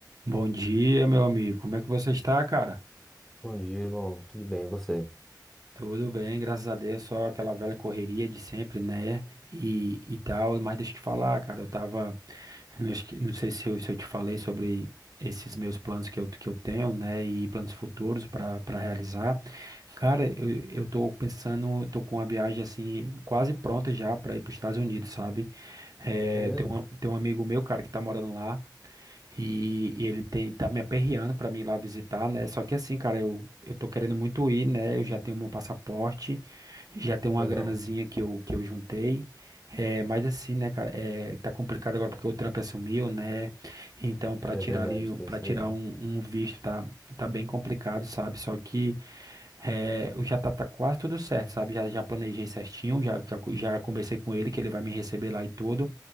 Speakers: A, on the right; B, in the centre.
A: Bom dia, meu amigo. Como é que você está, cara?
B: Bom dia, irmão. Tudo bem, e você?
A: Tudo bem, graças a Deus. Só aquela velha correria de sempre, né? E, e tal. Mas deixa eu te falar, cara. Eu tava. Não acho que- não sei se eu, se eu te falei sobre esses meus planos que eu, que eu tenho, né? E planos futuros para para realizar. Cara, eu, eu tô pensando. Tô com uma viagem assim, quase pronta já para ir para os Estados Unidos, sabe? É,
B: É mesmo?
A: tem um, tem um amigo meu, cara, que tá morando lá. E, e ele tem, tá me aperreando pra mim ir lá visitar, né? Só que assim, cara, eu, eu tô querendo muito ir, né? Eu já tenho meu passaporte, já tenho uma
B: Legal.
A: granazinha que eu, que eu juntei. É, mas assim, né, cara, é, tá complicado agora porque o Trump assumiu, né? Então, pra
B: É
A: tirar
B: verdade,
A: ali,
B: tem
A: para
B: isso
A: tirar
B: aí.
A: um, um visto tá, tá bem complicado, sabe? Só que é, eu já tá, tá quase tudo certo, sabe? Já, já planejei certinho, já, já, já conversei com ele que ele vai me receber lá e tudo.